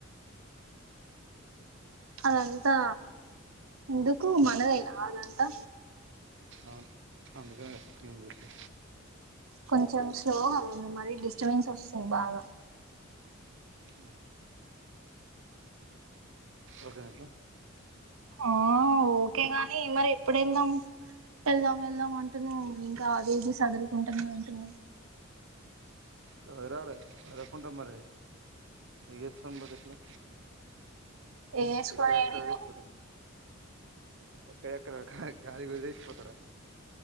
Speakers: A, on the right; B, on the right.
A: అదంతా ఎందుకు మనదైనా అదంతా
B: అవును అందుకే గదా ఏం చేసు
A: కొంచెం స్లోగా ఉన్ మరి డిస్టబెన్స్ వస్తుంది బాగా
B: అవును ఓకే నా ఇట్లా
A: ఆ ఓకే గన్ నీ మరి ఎప్పుడు వెళ్దాం వెళ్దాం వెళ్దాం అంటున్నావు ఇంకా అది ఇది సదురుకుంటానే ఉంటున్నావు
B: సర రే సదురుకుంటా మరి ఇగ ఏసుకొని బోతే ఎట్లా
A: ఏసుకో
B: ఎక్కడెక్కడ
A: ఏడికి
B: వదిలేసిపోతారు
A: వేయినా
B: ఎక్కడెక్కడ కా గాలి కుదిరింది పోతార